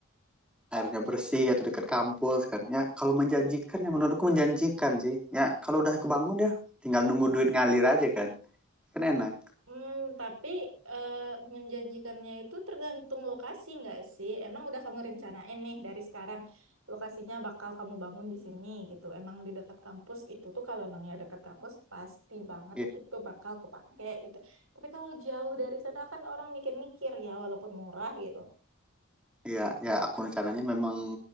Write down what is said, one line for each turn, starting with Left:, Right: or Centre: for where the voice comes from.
Centre: airnya bersih atau dekat kampus kan ya kalau menjanjikan ya menurutku menjanjikan sih ya kalau udah kebangun ya tinggal nunggu duit ngalir aja kan kan
Right: Tap-
Centre: enak
Right: Hmm, tapi eh, menjanjikannya itu tergantung lokasi nggak sih? Emang udah kamu rencanain nih dari sekarang lokasinya bakal kamu bangun di sini gitu. Emang di dekat kampus itu tuh kalau emang ya dekat kampus pasti banget
Centre: I-
Right: itu bakal kepake gitu. Tapi kalau jauh dari sana kan orang mikir-mikir ya walaupun murah gitu.
Centre: iya ya aku rencananya memang